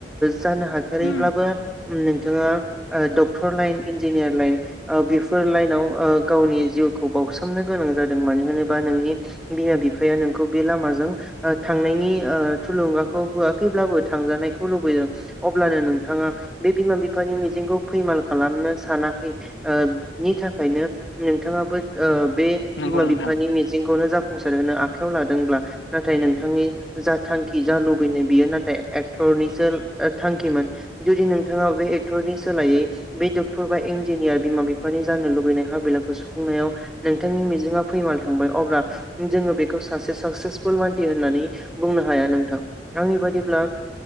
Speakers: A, in the centre; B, on the left.
A: जानो हाथारैब्लाबो
B: उम
A: नोंथाङा डक्टर लाइन इन्जिनियार लाइन बेफोर लाइनाव गावनि जिउखौ बावसोमनो गोनां जादों मानो होनोबा नोंनि बिमा बिफाया नोंखौ बे लामाजों थांनायनि थुलुंगाखौ होआखैब्ला- बो थांजानायखौ लुबैदों अब्लानो नोंथाङा बे बिमा बिफानि मिजिंखौ फैमाल खालामनो सानाखैनि थाखायनो नोंथां ङाबो बे
B: नंगौ
A: बिमा
B: नोंथां
A: बिफानि मिजंखौनो जा- फुंसार होनो आखायाव लादोंब्ला नाथाय नोंथांनि जा थांखि जा लुबैनाय बियो नाथाय एक्टर निसो थांखिमोन जुदि नों थाङा बे एक्टरनि सोलायै बे डक्टर बा इन्जिनियार बिमा बिफानि जानो लुबैनाय हाबिलाखौ सुफुं- नायाव नोंथांनि मिजिङा फैमाल थांबाय अब्ला जोङो बेखौ सासे साक्सेसफुल मानसि होननानै बुंनो हाया नोंथां आंनि बादिब्ला